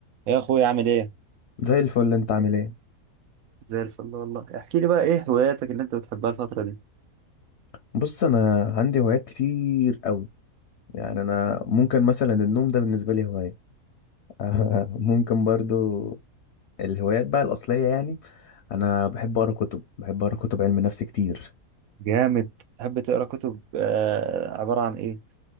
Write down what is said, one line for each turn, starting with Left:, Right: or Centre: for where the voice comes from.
Right: يا اخويا عامل ايه
Left: زي الفل انت عامل ايه
Right: زي الفل والله احكي لي بقى ايه هواياتك اللي انت بتحبها الفترة دي
Left: بص انا عندي هوايات كتير قوي يعني انا ممكن مثلا النوم ده بالنسبه لي هوايه <laughs> ممكن برضو الهوايات بقى الاصليه يعني انا بحب اقرا كتب بحب اقرا كتب علم نفس كتير
Right: جامد تحب تقرا كتب آه عباره عن ايه